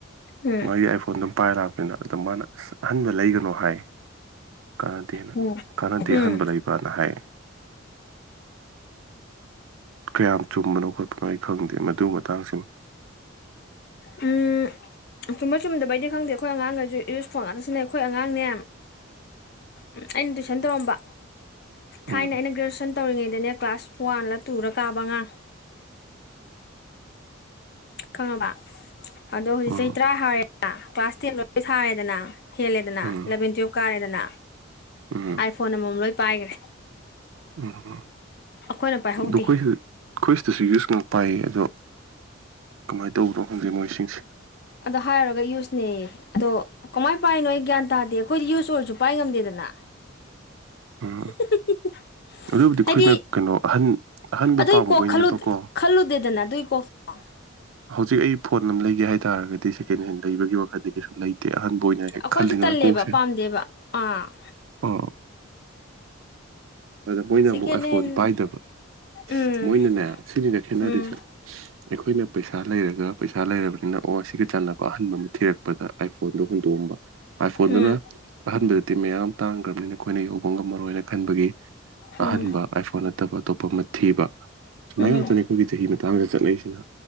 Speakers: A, on the left; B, on the right.
A: ꯎꯝ
B: ꯃꯥꯒꯤ ꯑꯥꯏꯐꯣꯟꯗꯣ ꯄꯥꯏꯔꯥ ꯂꯥꯛꯄꯅꯤꯅ ꯑꯗꯨ ꯃꯥꯅ ꯑꯍꯟꯕ ꯂꯩꯒꯅꯣ ꯍꯥꯏ ꯀꯥꯟꯅꯗꯦꯅ
A: ꯎꯝ
B: ꯀꯥꯟꯅꯗꯦ
A: ꯎꯝ
B: ꯑꯍꯟꯕ ꯂꯩꯕ ꯕꯅ ꯍꯥꯏ ꯀꯌꯥꯝ ꯆꯨꯝꯕꯅꯣ ꯈꯣꯠꯄꯅꯣ ꯑꯩ ꯈꯪꯗꯦ ꯃꯗꯨ ꯃꯇꯥꯡꯁꯤꯃ
A: ꯎꯝ ꯆꯨꯝꯕ ꯆꯨꯝꯗꯕꯩꯗꯤ ꯈꯪꯗꯦ ꯑꯩꯈꯣꯏ ꯑꯉꯥꯡꯒꯩꯁꯨ ꯌꯨꯁ ꯐꯣꯟ ꯉꯥꯛꯇ ꯁꯤꯖꯟꯅꯩ ꯑꯩꯈꯣꯏ ꯑꯉꯥꯡꯅꯦ ꯎꯝ ꯑꯩꯅ ꯇꯨꯏꯁꯟ ꯇꯧꯔꯝꯕ ꯊꯥꯏꯅ
B: ꯎꯝ
A: ꯑꯩꯅ ꯒ꯭ꯔꯦꯖꯨꯋꯦꯁꯟ ꯇꯧꯔꯤꯉꯩꯗꯅꯦ ꯀ꯭ꯂꯥꯁ ꯋꯥꯟꯂ ꯇꯨꯔ ꯀꯥꯕ ꯑꯉꯥꯡ ꯈꯪꯉꯕ ꯑꯗꯣ ꯍꯧꯖꯤꯛ
B: ꯎꯝ
A: ꯆꯍꯤ ꯇꯔꯥ ꯍꯥꯔꯦꯅ ꯀ꯭ꯂꯥꯁ ꯇꯦꯟ ꯂꯣꯏ ꯊꯥꯔꯦꯗꯅ ꯍꯦꯜꯂꯦꯗꯅ
B: ꯎꯝ
A: ꯂꯚꯦꯟ ꯇꯨꯌꯦꯐ ꯀꯥꯔꯦꯗꯅ
B: ꯎꯝ
A: ꯑꯥꯏ ꯐꯣꯟ ꯑꯃꯃꯝ ꯂꯣꯏ ꯄꯥꯏꯈ꯭ꯔꯦ
B: ꯎꯝ ꯑꯗꯣ
A: ꯑꯩꯈꯣꯏꯅ ꯄꯥꯏꯍꯧꯗꯦ
B: ꯑꯩꯈꯣꯏꯁꯤꯗ ꯑꯩꯈꯣꯏ ꯁꯤꯗꯁꯨ ꯌꯨꯁ ꯄꯥꯏꯌꯦ ꯑꯗꯣ ꯀꯃꯥꯏꯅ ꯇꯧꯕꯅꯣ ꯈꯪꯗꯦ ꯃꯣꯏꯁꯤꯡꯁꯦ
A: ꯑꯗꯣ ꯍꯥꯏꯔꯨꯔꯒ ꯌꯨꯁꯅꯦꯌꯦ ꯑꯗꯣ ꯀꯃꯥꯏ ꯄꯥꯏꯔꯤꯅꯣ ꯑꯩ ꯒ꯭ꯌꯥꯟ ꯇꯥꯗꯦ ꯑꯩꯈꯣꯏꯗꯤ ꯌꯨꯁ ꯑꯣꯏꯔꯁꯨ ꯄꯥꯏ ꯉꯝꯗꯦꯗꯅ
B: ꯎꯝ
A: <inaudible>
B: ꯑꯗꯨꯕꯨꯗꯤ ꯑꯩꯈꯣꯏꯅ
A: ꯍꯥꯏꯗꯤ
B: ꯀꯩꯅꯣ ꯑꯍꯟ ꯑꯍꯟꯕ
A: ꯑꯗꯨꯏ
B: ꯄꯥꯝꯃꯨꯕꯩꯅꯦꯕꯀꯣ
A: ꯀꯣꯛ ꯈꯜꯂꯨꯗꯦꯗꯅ ꯑꯗꯨꯏ ꯀꯣꯛꯇꯣ
B: ꯍꯧꯖꯤꯛ ꯑꯩ ꯐꯣꯟ ꯑꯃ ꯂꯩꯒꯦ ꯍꯥꯏꯇꯥꯥꯔꯒꯗꯤ ꯁꯦꯀꯦꯟ ꯍꯦꯟ ꯂꯩꯕꯒꯤ ꯋꯥꯈꯟꯗꯤ ꯀꯩꯁꯨ ꯂꯩꯇꯦ ꯇꯦ ꯑꯍꯟꯕ ꯑꯣꯏꯅ ꯍꯦꯛ
A: ꯑꯩꯈꯣꯏꯁꯨ
B: ꯈꯜꯂꯤꯗꯅ
A: ꯇꯜꯂꯦꯕ
B: ꯀꯣꯛꯁꯦ
A: ꯄꯥꯝꯗꯦꯕ ꯑꯥ
B: ꯑ ꯑꯗ ꯃꯣꯏꯅ
A: ꯁꯦꯀꯦꯟ
B: ꯑꯃꯨꯛ ꯑꯥꯏꯐꯣꯟ
A: ꯍꯦꯟ
B: ꯄꯥꯏꯗꯕ
A: ꯎꯝ
B: ꯃꯣꯏꯅꯅꯦ ꯁꯤꯅꯤꯅꯦ ꯈꯦꯠꯅꯔꯤꯁꯦ
A: ꯎꯝ
B: ꯑꯩꯈꯣꯏꯅ ꯄꯩꯁꯥ ꯂꯩꯔꯒ ꯄꯩꯁꯥ ꯂꯩꯔꯕꯅꯤꯅ ꯑꯣ ꯁꯤꯒ ꯆꯥꯟꯅꯕ ꯑꯍꯟꯕ ꯑꯃ ꯊꯤꯔꯛꯄ ꯄꯗ ꯑꯥꯏꯐꯣꯟꯗꯣ ꯍꯨꯟꯗꯣꯛꯑꯝꯕ ꯑꯥꯏꯐꯣꯟꯗꯨꯅ
A: ꯎꯝ
B: ꯑꯍꯟꯕꯗꯗꯤ ꯃꯌꯥꯝ ꯇꯥꯡꯈ꯭ꯔꯕꯅꯤꯅ ꯑꯩꯈꯣꯏꯅ ꯌꯧꯕ ꯉꯝꯃꯔꯣꯏꯅ ꯈꯟꯕꯒꯤ
A: ꯎꯝ
B: ꯑꯍꯟꯕ ꯑꯥꯏꯐꯣꯟ ꯅꯠꯇꯕ ꯑꯇꯣꯞꯄ ꯑꯃ ꯊꯤꯕ ꯁꯨꯃꯥꯏ
A: ꯎꯝ
B: ꯉꯥꯛꯇꯅꯤ ꯑꯩꯈꯣꯏꯒꯤ ꯆꯍꯤ ꯃꯇꯥꯡꯁꯤꯗ ꯆꯠꯅꯁꯤꯅ